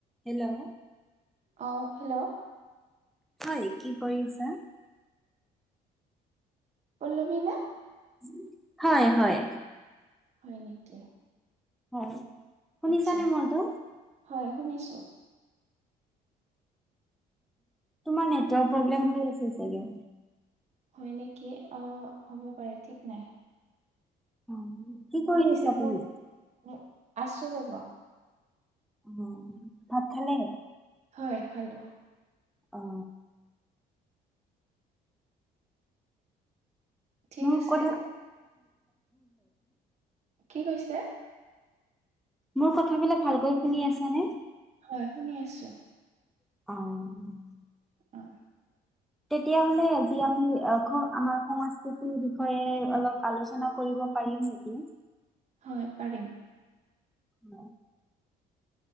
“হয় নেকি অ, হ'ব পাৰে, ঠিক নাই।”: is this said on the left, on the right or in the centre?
Right